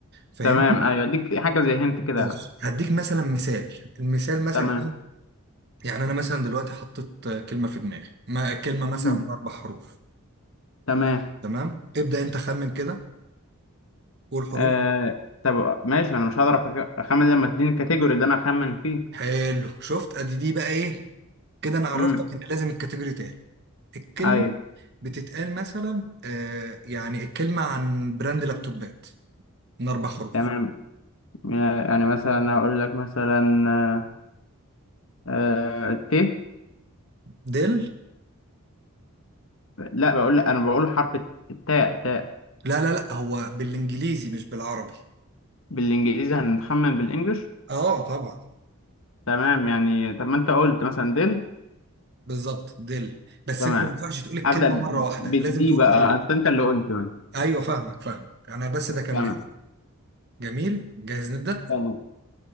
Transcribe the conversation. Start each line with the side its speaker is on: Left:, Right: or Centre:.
Right: فاهمني
Left: تمام ايوه اديك حاجة زي هنت كده
Right: بص
Left: يعني
Right: هديك مثلا مثال المثال مثلا
Left: تمام
Right: ايه يعني انا مثلا دلوقتي حطيت آه، كلمه في دماغي ما كلمه مثلا
Left: مم.
Right: من اربع حروف
Left: تمام
Right: تمام ابدا انت خمن كده قول حروف
Left: آه... طب ماشي انا مش هقدر أخ- اخمن لما تديني الكاتيجوري اللي انا اخمن فيه
Right: حلو شفت ادي دي بقى ايه كده انا عرفتك
Left: مم.
Right: ان لازم الكاتيجوري تاني الكلمه
Left: أي
Right: بتتقال مثلا آه يعني الكلمه عن براند لابتوبات من اربع حروف
Left: تمام يعني يعني مثلا هقول لك مثلا آه، آه، ت
Right: ديل
Left: لا بقول لك أنا بقول حرف التاء تاء
Right: لا لا لا هو بالانجليزي مش بالعربي
Left: بالإنجليزي هنخمن بالإنجلش
Right: اه طبعا
Left: تمام يعني طب ما أنت قلت مثلا دل
Right: بالظبط ديل بس
Left: تمام
Right: انت ما ينفعش تقول الكلمه
Left: هبدأ ب-
Right: مره واحده
Left: بالدي
Right: لازم تقول
Left: بقى
Right: حروف
Left: أصل أنت اللي قلت تمام
Right: ايوه فاهمك فاهمك انا بس ده كان
Left: تمام
Right: مثال جميل جاهز نبدأ
Left: تمام